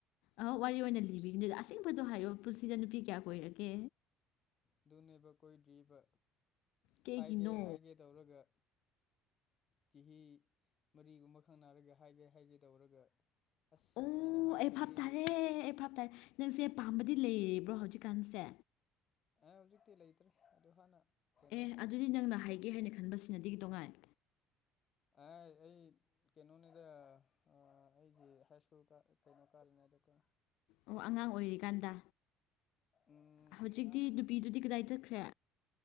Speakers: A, on the left (about 80°); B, on the left (about 35°).
A: ꯑ ꯋꯥꯔꯤ ꯑꯣꯏꯅ ꯂꯤꯕꯤꯒꯅꯤꯗ ꯑꯁꯦꯡꯕꯗꯣ ꯍꯥꯏꯌꯣ ꯄꯨꯟꯁꯤꯗ ꯅꯨꯄꯤ ꯀꯌꯥ ꯀꯣꯏꯔꯒꯦ
B: ꯑꯗꯨꯅꯦꯕ ꯀꯣꯏꯗ꯭ꯔꯤꯕ
A: ꯀꯩꯒꯤꯅꯣ
B: ꯍꯥꯏꯒꯦ ꯍꯥꯏꯒꯦ ꯇꯧꯔꯒ ꯆꯍꯤ ꯃꯔꯤꯒꯨꯝꯕ ꯈꯪꯅꯔꯒꯦ ꯍꯥꯏꯒꯦ ꯍꯥꯏꯒꯦ ꯇꯧꯔꯒ ꯑꯁ
A: ꯑꯣ
B: ꯑꯩꯅ ꯍꯥꯏꯈ꯭ꯔꯗꯤ
A: ꯑꯩ ꯚꯥꯞ ꯇꯥꯔꯦ ꯑꯩ ꯚꯥꯞ ꯇꯔꯦ ꯅꯪꯁꯦ ꯄꯥꯝꯕꯗꯤ ꯂꯩꯔꯤꯕ꯭ꯔꯣ ꯍꯧꯖꯤꯛꯀꯥꯟꯁꯦ
B: ꯑꯦ ꯍꯧꯖꯤꯛꯇꯤ ꯂꯩꯇ꯭ꯔꯦ ꯑꯗꯨ ꯍꯥꯟꯅ ꯀꯩꯅꯣꯗ
A: ꯑꯦ ꯑꯗꯨꯗꯤ ꯅꯪꯅ ꯍꯥꯏꯒꯦ ꯍꯥꯏꯅ ꯈꯟꯕꯁꯤꯅꯗꯤ ꯇꯅꯨꯡꯉꯥꯏ
B: ꯍꯥꯏ ꯑꯩ ꯀꯩꯅꯣꯅꯤꯗ ꯑꯥ ꯑꯩꯗꯤ ꯍꯥꯏ ꯁ꯭ꯀꯨꯜ ꯀꯩꯅꯣ ꯀꯥꯔꯤꯉꯩꯗꯀꯣ
A: ꯑꯣ ꯑꯉꯥꯡ ꯑꯣꯏꯔꯤꯀꯥꯟꯗ
B: ꯎꯝ
A: ꯍꯧꯖꯤꯛꯇꯤ
B: ꯑꯉꯥꯡ
A: ꯅꯨꯄꯤꯗꯨꯗꯤ ꯀꯗꯥꯏ ꯆꯠꯈ꯭ꯔꯦ